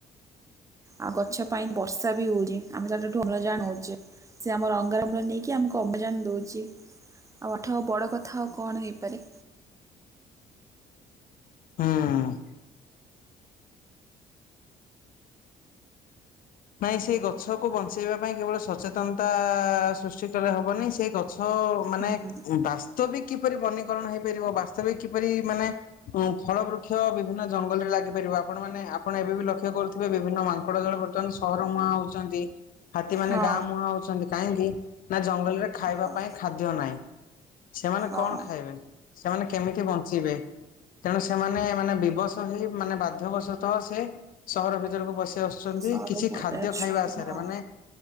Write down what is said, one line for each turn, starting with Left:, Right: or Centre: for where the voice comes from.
Right: ଆଉ ଗଛ ପାଇଁ ବର୍ଷା ବି ହଉଛି। ଆମେ ତାଠୁ ଅମ୍ଳଜା ନଉଛେ। ସେ ଆମର ଅଙ୍ଗାରମ୍ଳ ନେଇକି ଆମକୁ ଅବଜାନ ଦଉଛି। ଆଉ ଆଠ ଆ ବଡ଼ କଥା ଆଉ କଣ ହେଇପାରେ।
Left: ହୁଁ। ନାଇଁ ସେ ଗଛକୁ ବଞ୍ଚେଇବା ପାଇଁ କେବଳ ସଚେତନତା ସୃଷ୍ କଲେ ହବନି ସେ ଗଛ ମାନେ
Right: ହୁଁ
Left: ବାସ୍ତବିକ କିପରି ବନୀକରଣ ହେଇପାରିବ ବାସ୍ତବିକ କିପରି ମାନେ ଉ ଫଳ ବୃକ୍ଷ ବିଭିନ୍ନ ଜଙ୍ଗଲରେ ଲାଗିପାରିବ ଆପଣ ମାନେ ଆପଣ ଏବେ ବି ଲକ୍ଷ୍ୟ କରୁଥିବେ ବିଭିନ୍ନ ମାଙ୍କଡ଼ ଜଳ ବର୍ତ୍ତମାନ ସହର ମୁହାଁ ହଉଛନ୍ତି ହାତୀ ମାନେ
Right: ହଁ
Left: ଗାଁ ମୁହାଁ ହଉଛନ୍ତି। କାହିଁକି ନା ଜଙ୍ଗଲରେ ଖାଇବା
Right: ହଁ
Left: ପାଇଁ ଖାଦ୍ୟ ନାହିଁ? ସେମାନେ
Right: ହଁ
Left: କଣ ଖାଇବେ ସେମାନେ କେମିତି ବଞ୍ଚିବେ? ତେଣୁ ସେମାନେ ମାନେ ବିବସ ହେଇ ମାନେ ବାଧ୍ୟବଶତଃ ସେ ସହର ଭିତରକୁ ପଶିଆସୁ ସେମିତି
Right: ସରୁ
Left: କିଛି
Right: ପଳେଇ
Left: ଖାଦ୍ୟ
Right: ଆସୁଛନ୍ତି
Left: ଖାଇବା ଆସାରେ
Right: ହଁ
Left: ମାନେ